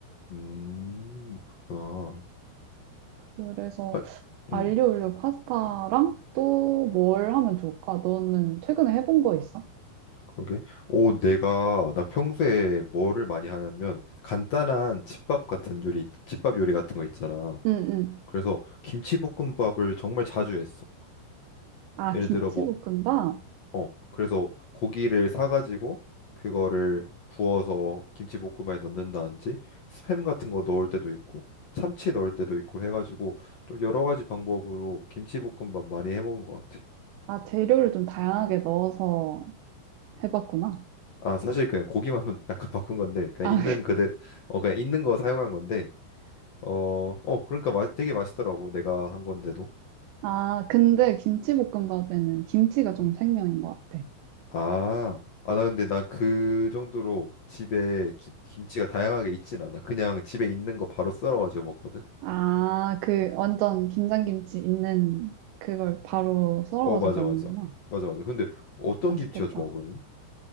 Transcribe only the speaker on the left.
음, 그렇구나.
아,
음,
그러게. 오, 내가, 나 평소에 뭐를 많이 하냐면, 간단한 집밥 같은 요리, 집밥 요리 같은 거 있잖아.
그래서 김치볶음밥을 정말 자주 했어.
예를
들어 뭐 어, 그래서 고기를 사가지고 그거를 구워서 김치볶음에 넣는다든지 스팸 같은 거 넣을 때도 있고 참치 넣을 때도 있고 해가지고 좀 여러 가지 방법으로 김치볶음밥 많이 해먹은 것 같아.
아, 사실 그냥 고기만 <laughs> 약간 바꾼 건데 그냥
있는 그대 어 그냥 있는 거 사용한 건데 어, 어 그러니까 맛 되게 맛있더라고 내가 한 건데도.
음.
아, 아, 나 근데 나 그 정도로 집에 기- 김치가 다양하게 있진 않아. 그냥 집에 있는 거 바로 썰어가지고 먹거든.
음.
어 맞아
맞아 맞아 맞아 근데 어떤
김치가 좋아 그러면